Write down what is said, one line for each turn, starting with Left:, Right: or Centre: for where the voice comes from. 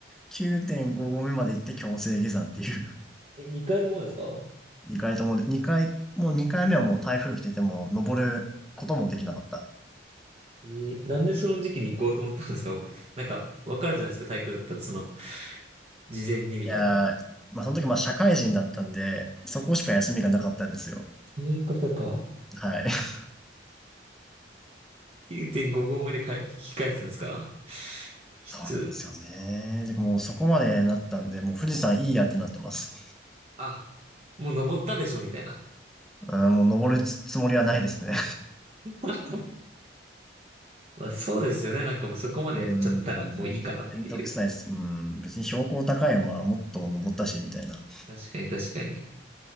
Centre: 9.5 <laughs> 合目まで行って強制下山っていう。
Right: え、2回ともですか
Centre: 2回ともで、2回、もう2回目はもう台風来てても、登ることもできなかった。
Right: えーなんでその時期に行こうと思ったんですかなんか、わかるじゃないですか、台風だったら、その、事前にみたいな。
Centre: いやー、まあその時まあ社会人だったんで、
Right: はい。
Centre: そこしか休みがなかったんですよ。
Right: そういうことか。
Centre: はい。<laughs>
Right: 9.5合目でかえ、引き返すんですかきつ。
Centre: そうなんですよね。で、もうそこまでなったんで、もう富士山いいやってなってます。
Right: あ、もう登ったでしょ、みたいな。
Centre: うん、もう登るつつもりはないですね。
Right: <laughs> まあそうですよね。なんかもうそこまでやっちゃったらもういいかなっていう。
Centre: うーん、めんどくさいです。うん、別に標高高い山はもっと登ったし、みたいな。
Right: 確かに確かに。